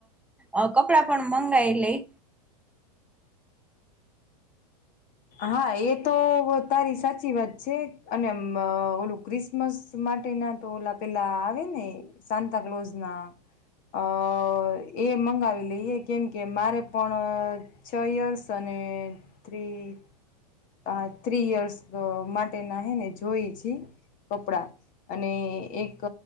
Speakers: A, in the centre; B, on the left (about 40°).
A: અ કપડા પણ મંગાઈ લેઈ
B: હા એ તો તારી સાચી વાત છે અને મં ઓલું ક્રિસમસમાં માટે ના તો ઓ પેલા આવે ને સાન્તાકલોઝના અ એ મંગાવી લઈએ કેમ કે મારે પણ છ યર્સ અને ને ત્રી અ ત્રી યર્સ માટે ના હે ને જોઈ છી કપડાં અને એક